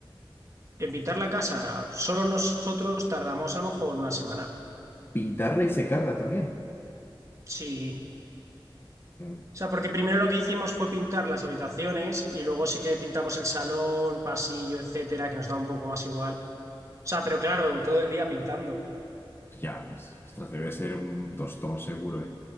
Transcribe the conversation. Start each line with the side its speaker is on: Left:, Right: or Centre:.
Right: En pintar la casa, solo nosotros tardamos a lo mejor una semana.
Left: ¿Pintarla y secarla también?
Right: Sí.
Left: Mm,
Right: O sea, porque primero lo que hicimos fue pintar las habitaciones y luego sí que pintamos el salón, pasillo, etcétera, que nos daba un poco más igual. O sea, pero claro, todo el día pintando.
Left: Ya ves, ostras, debe ser un tostón seguro, ¿eh?